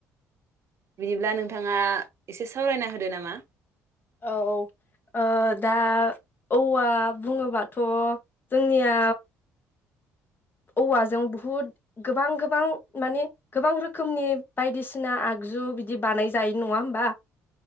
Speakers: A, on the right (about 50°); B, on the left (about 35°).
A: बिदिब्ला नोंथाङा एसे सावरायना होदो नामा ।
B: औ औ ओ दा औवा बुङोबाथ' जोंनिया औवाजों बहुद गोबां गोबां माने गोबां रोखोमनि बायदिसिना आगजु बिदि बानाय जायो नङा होमबा ।